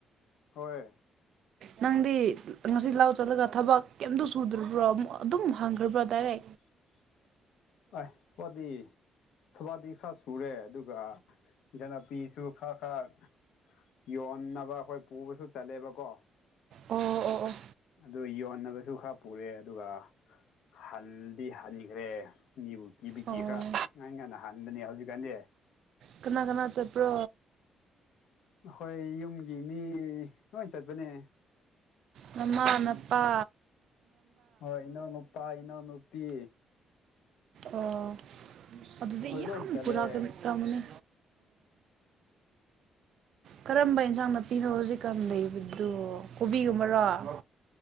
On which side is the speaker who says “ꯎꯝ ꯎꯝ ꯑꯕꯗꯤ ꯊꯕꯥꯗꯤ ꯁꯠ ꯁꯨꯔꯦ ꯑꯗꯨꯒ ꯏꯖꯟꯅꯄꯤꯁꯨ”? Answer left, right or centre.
Left